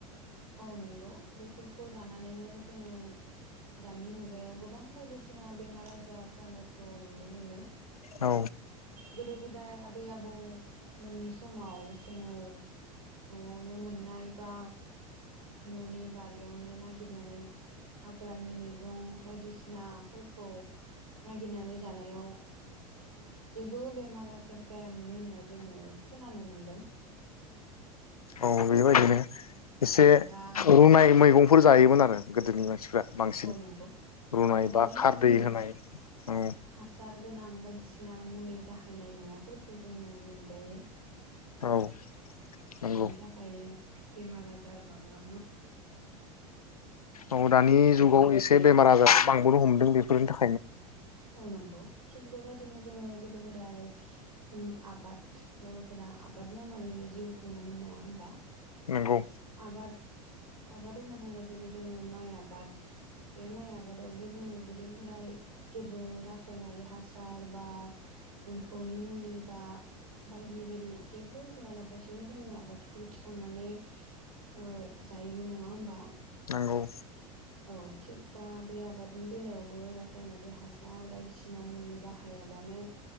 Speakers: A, on the right (about 85°); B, on the left (about 85°).
A: औ नोंगौ बेफोरखौ जानानैनो जोङो दानि मुगायाव गोबां बायदिसिना बेमार आजार जानाय खौ नुनो मोनो।
B: औ
A: गोदो गोदाय आबै आबौ मोननि समाव जोङो न'आवनो मोननाय बा न'नि बा रियावनो नागिरनानै हाग्रानि मैगं बायदिसिनाफोरखौ नागिरनानै जानायाव जेबो बेमारा जार जायामोन होनना जोङो खोनानो मोनदों।
B: औ बेबायदिनो एसे
A: औ दा
B: रुनाय मैगं फोर जायोमोन आरो गोदोनि मानसिफ्रा बांसिन
A: औ नंगौ
B: रुनाय
A: दा गोबां
B: बा खारदै
A: जोङो
B: होनाय औ
A: हासार गोनां बायदिसि ना मुलि बाहायनाय मुवाफोरखौ जोङो मोनजायो।
B: औ नंगौ
A: बेनि थाखायनो बेमार आजार बांलां
B: औ दानि
A: आरो
B: जुगाव एसे बेमार आजार बांबोनो हम दों बेफोर था
A: औ नंगौ थिग बेबायदिनो जोङो गोदो गोदाय आबाद बर'फोरा आबाद मावनानैनो जिउ खुङोमोन नङा होमबा?
B: नोंगौ
A: आबाद आबाद होनना बुंबा जेरै जोङो माइ आबाद बे माइ आबादावबो जोङो गोदो गोदाय जेबो रासायनारि हासार बा एम्फौनि मुलि बा बायदि बायदि जेबो होआलाबासिनो जोङो आबादखौ थिखांनानै ओ जायोमोन नङा होमबा?
B: नंगौ
A: औ थिग दा बे आबादनि बेलायावबो रासायनारि हासार बायदिसिना मुलि बाहायाबानो